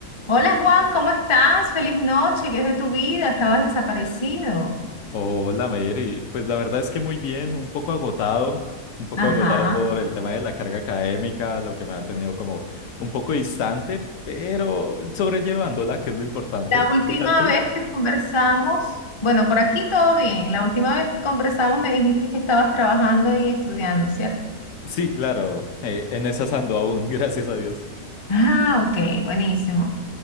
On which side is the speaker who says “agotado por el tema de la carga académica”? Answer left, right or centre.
Left